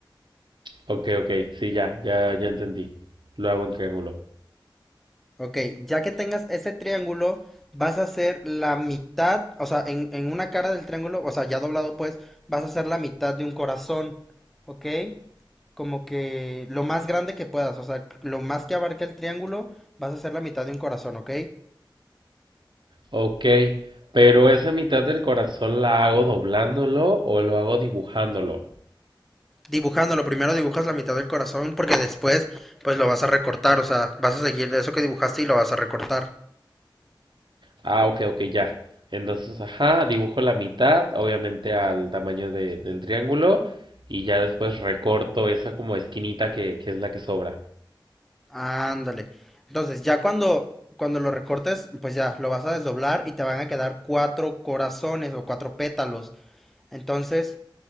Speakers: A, on the right; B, in the centre.
A: Ok, ok, sí, ya, ya, ya entendí. Lo hago en triángulo.
B: Ok, ya que tengas ese triángulo, vas a hacer la mitad, o sea, en, en una cara del triángulo, o sea, ya doblado pues, vas a hacer la mitad de un corazón, ¿ok? Como que lo más grande que puedas, o sea, lo más que abarque el triángulo, vas a hacer la mitad de un corazón, ¿ok?
A: Ok, pero esa mitad del corazón la hago doblándolo o lo hago dibujándolo.
B: Dibujándolo, primero dibujas la mitad del corazón porque después, pues lo vas a recortar, o sea, vas a seguir eso que dibujaste y lo vas a recortar.
A: Ah, ok, ok, ya. Entonces, ajá, dibujo la mitad, obviamente al tamaño de- del triángulo, y ya después recorto esa como esquinita que, que es la que sobra.
B: Ándale. Entonces, ya cuando, cuando lo recortes, pues ya lo vas a desdoblar y te van a quedar cuatro corazones o cuatro pétalos. Entonces,